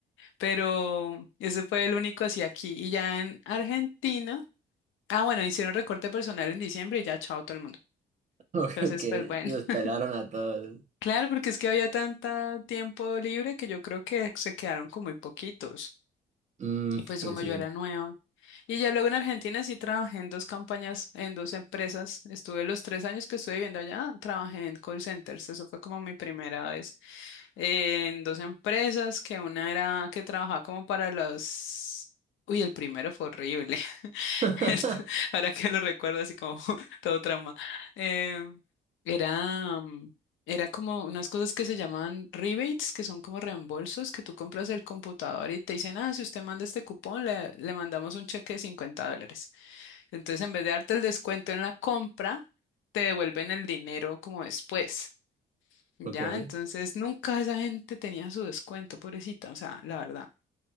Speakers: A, on the left (about 80°); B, on the right (about 35°).
A: pero ese fue el único así aquí. Y ya en Argentina, ah, bueno, hicieron recorte personal en diciembre y ya chao todo el mundo.
B: <laughs> Ok,
A: Entonces,
B: que
A: pues bueno,
B: los pelaron
A: <laughs>
B: a todos.
A: claro, porque es que había tanto tiempo libre que yo creo que se quedaron con muy poquitos.
B: Mm,
A: Y pues
B: pues
A: como
B: sí.
A: yo era nueva. Y ya luego en Argentina sí trabajé en dos campañas, en dos empresas. Estuve los tres años que estuve viviendo allá, trabajé en call centers. Eso fue como mi primera vez. en dos empresas, que una era que trabajaba como para los... Uy, el primero fue horrible. <laughs>
B: <laughs>
A: Esto- Ahora que lo recuerdo así como <laughs> todo trauma. Eh, era, mm, era como unas cosas que se llaman rebates, que son como reembolsos, que tú compras el computador y te dicen, ah, si usted manda este cupón, le, le mandamos un cheque de 50 dólares. Entonces, en vez de darte el descuento en la compra, te devuelven el dinero como después. Ya,
B: Ok.
A: entonces nunca esa gente tenía su descuento, pobrecita, o sea, la verdad.